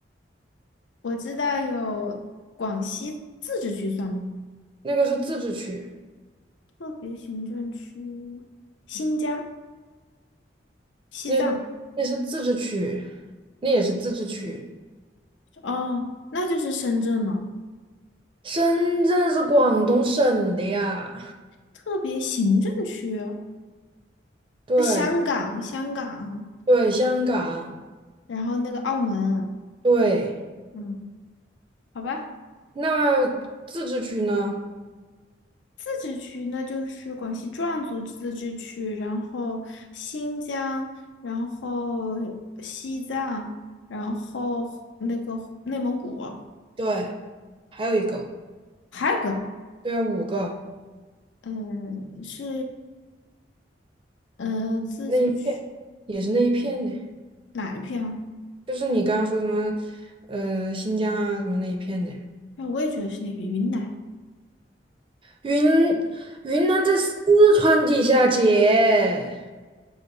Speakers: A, on the left (about 80°); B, on the right (about 30°).
A: 我知道有广西自治区算吗？
B: 那个是自治区，
A: 特别行政区，新疆、西藏，
B: 那是那是自治区，那也是自治区。
A: 哦，那就是深圳了。
B: 深圳是广东省的呀，
A: 特别行政区。
B: 对
A: 那香港，香港，
B: 对，香港
A: 然后那个澳门，
B: 对，
A: 嗯，好吧，
B: 那自治区呢？
A: 自治区那就是广西壮族自治区，然后新疆，然后西藏，然后那个内蒙古，
B: 对，还有一个，
A: 还有个，
B: 对啊，五个，
A: 嗯，是，嗯，自治区
B: 那一片也是那一片的，
A: 哪一片啊？
B: 就是你刚刚说什么，呃，新疆啊什么那一片的。
A: 哎，我也觉得是那边云南。
B: 云云南在四川底下，姐，